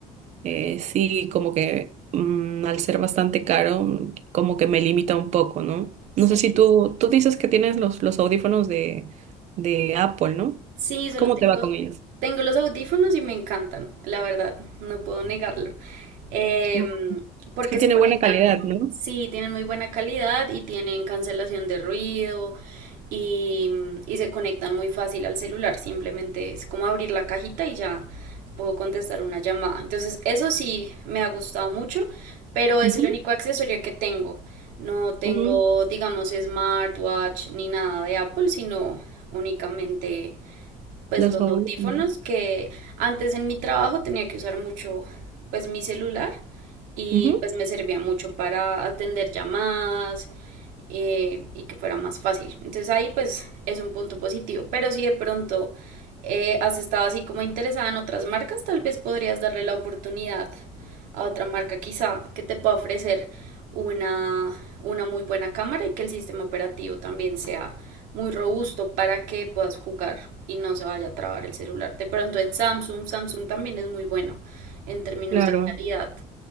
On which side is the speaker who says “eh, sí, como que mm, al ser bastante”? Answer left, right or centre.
Right